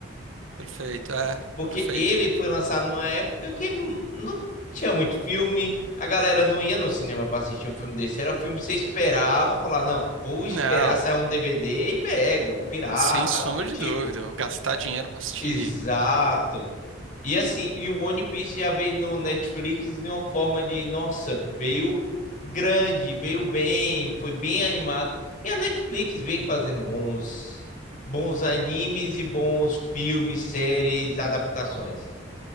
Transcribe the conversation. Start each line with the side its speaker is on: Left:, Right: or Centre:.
Right: Perfeito, é.
Left: Porque
Right: Perfeito.
Left: ele foi lançado numa época que não, não tinha muito filme, a galera não ia no cinema pra assistir um filme desse. Era o filme que você esperava, falar, não, vou esperar
Right: Não,
Left: sair um DVD e pego, pirata,
Right: sem sombra
Left: algo do tipo.
Right: de dúvida. eu Gastar dinheiro pra assistir.
Left: Exato. E assim, e o One Piece já veio no Netflix de uma forma de, nossa, veio grande, veio bem, foi bem animado. E a Netflix vem fazendo bons, bons animes e bons filmes, séries, adaptações.